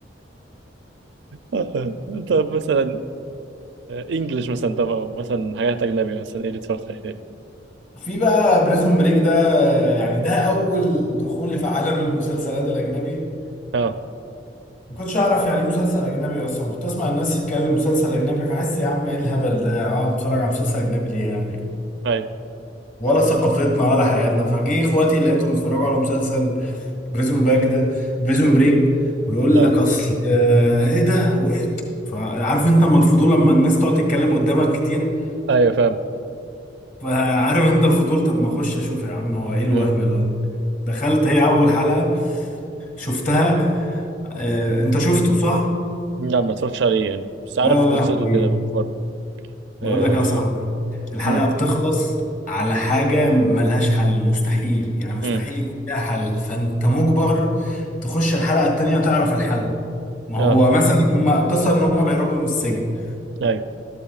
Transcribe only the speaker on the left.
في بقى بريزون بريك ده يعني ده اول دخولي في عالم المسلسلات الاجنبي
ما كنتش اعرف يعني ايه مسلسل اجنبي اصلا كنت اسمع الناس تتكلم مسلسل اجنبي فحس يا عم ايه الهبل ده اقعد اتفرج على مسلسل اجنبي ليه يعني
ولا ثقافتنا ولا حياتنا فجه اخواتي لقيتهم بيتفرجوا على مسلسل بريزون باك ده بريزون بريك ويقول
لك اصل آه، ايه ده وايه فعارف انت اما الفضول لما الناس تقعد تتكلم قدامك كتير
فعارف انت الفضول طب ما اخش اشوف يا عم هو ايه الوهم
اللي أنا فيه؟ دخلت هي اول حلقة شفتها آه، انت شفته صح؟
يا لهوي
بقول
لك يا صاحبي الحلقة
بتخلص على حاجة ملهاش حل مستحيل يعني مستحيل
يكون لها حل فأنت مجبر تخش الحلقة التانية تعرف الحل ما
هو مثلا هم قصة إن هم بيهربوا من السجن